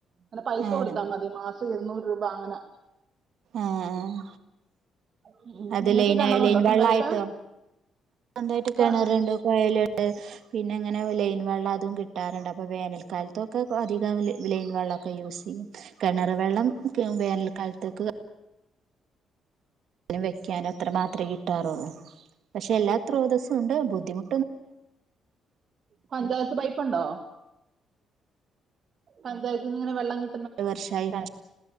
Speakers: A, on the right; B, on the right.
A: അല്ല പൈസ
B: ആഹ്
A: കൊടുത്താ മതി മാസ് ഇരുന്നൂറ് രൂപ അങ്ങനെ
B: ഏഹ്
A: ഉം.
B: അത്
A: നിങ്ങൾക്ക്
B: ലൈന്
A: കിണറുണ്ടോ
B: ലൈൻ
A: സ്വന്തമായിട്ട്
B: വെള്ളായിട്ടോ സ്ന്തായിട്ട് കിണറുണ്ട്
A: ക-
B: കൊയൽ ണ്ട് പിന്നെ ഇങ്ങനെ ലൈൻ വെള്ളം അതും കിട്ടാറുണ്ട് അപ്പൊ വേനൽക്കാലത്തൊക്കെ അധികം ലൈൻ വെള്ളമൊക്കെ യൂസ് ചെയ്യും കിണർ വെള്ളം വേനൽക്കാലത്ത്ക്ക് നും വെക്കാനും അത്ര മാത്രമേ കിട്ടാറുള്ളൂ പക്ഷെ എല്ലാ ത്രോതസ്സും ഉണ്ട് ബുദ്ധിമു
A: പഞ്ചായത്ത് പൈപ്പുണ്ടോ പഞ്ചായത്തിൽ ഇങ്ങനെ വെള്ളം കി
B: ഒരു വർഷമായി കണ